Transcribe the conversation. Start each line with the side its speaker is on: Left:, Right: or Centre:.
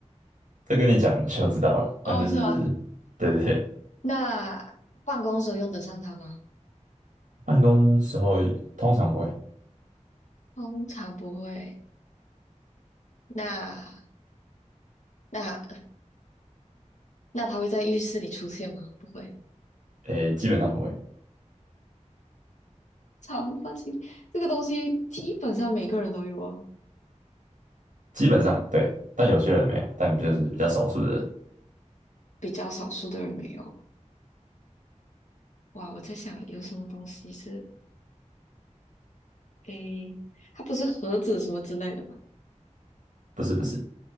Right: 这跟你讲你就知道了，
Left: 哦，
Right: 但就是对对对，
Left: 是吗？那办公时候用得上它吗？
Right: 办公时候通常不会，
Left: 通常不会。那那 <laughs> 那它会在浴室里出现吗？不会。
Right: 诶，基本上不会，
Left: 长方形这个东西基本上每个人都有哦，
Right: 基本上对，但有些人没有，但就是比较少数的人，
Left: 比较少数的人没有。哇，我在想有什么东西是诶，它不是盒子什么之类的吧？
Right: 不是不是，